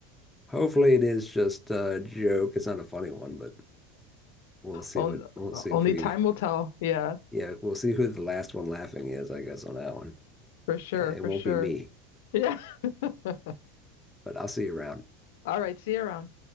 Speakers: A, in the centre; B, on the left.
A: Hopefully it is just a joke. It's not a funny one, but we'll see
B: only,
A: what we'll see if
B: only
A: we
B: time will tell yeah
A: yeah, we'll see who the last one laughing is, I guess, on that one.
B: for sure
A: It
B: for
A: won't
B: sure
A: be me,
B: yeah <laughs>
A: but I'll see you around.
B: all right see you around